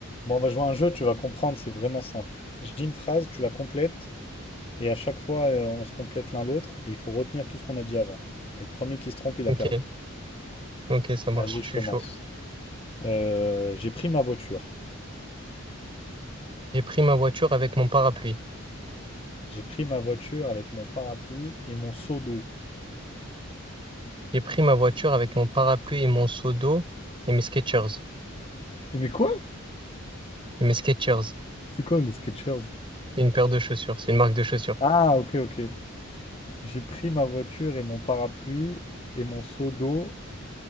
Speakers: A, on the left; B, on the right.
A: Bon, on va jouer à un jeu, tu vas comprendre, c'est vraiment simple. Je dis une phrase, tu la complètes, et à chaque fois, euh, on se complète l'un l'autre, et il faut retenir tout ce qu'on a dit avant. Et le premier qui se trompe, il
B: Ok,
A: a perdu.
B: ok, ça marche,
A: Vas-y,
B: je
A: je
B: suis
A: commence.
B: chaud.
A: Euh, j'ai pris ma voiture.
B: J'ai pris ma voiture avec mon parapluie.
A: J'ai pris ma voiture avec mon parapluie et mon seau d'eau.
B: J'ai pris ma voiture avec mon parapluie et mon seau d'eau et mes Skechers.
A: Et mais quoi?
B: Mes Skechers, c'est
A: C'est quoi les Skechers?
B: une paire de chaussures, c'est une marque de chaussures.
A: Ah, ok, ok. J'ai pris ma voiture et mon parapluie et mon seau d'eau